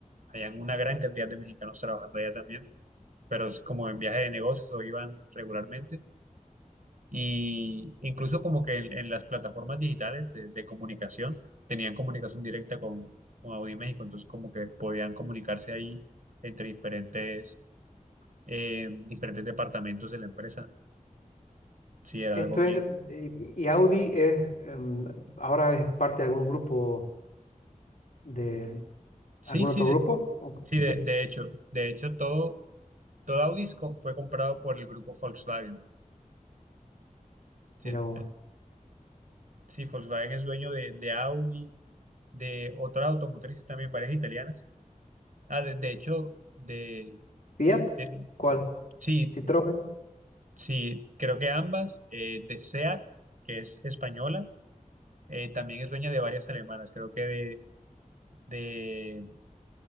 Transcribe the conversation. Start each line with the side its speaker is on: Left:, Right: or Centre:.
Right: Hay una gran cantidad de mexicanos trabajando allá también, pero es como en viaje de negocios o iban regularmente. Y incluso como que en, en las plataformas digitales de, de comunicación, tenían comunicación directa con, con Audi México, entonces como que podían comunicarse ahí entre diferentes, eh, diferentes departamentos de la empresa. Sí, era
Left: Esto
Right: algo bien
Left: es, y y Audi es, em, ahora es parte de algún grupo, de
Right: Sí,
Left: algún
Right: sí,
Left: otro
Right: de,
Left: grupo. ¿O
Right: sí, de,
Left: De,
Right: de hecho, de hecho todo, todo Audi es co- fue comprado por el grupo Volkswagen. Sí,
Left: mira vos.
Right: eh, sí, Volkswagen es dueño de, de Audi, de otras automotrices también, varias italianas. Ah, de, de hecho, de,
Left: Fiat,
Right: de-
Left: ¿cuál?
Right: sí,
Left: Citroën,
Right: sí, creo que ambas, eh, de SEAT, que es española, eh, también es dueña de varias alemanas. Creo que de, de,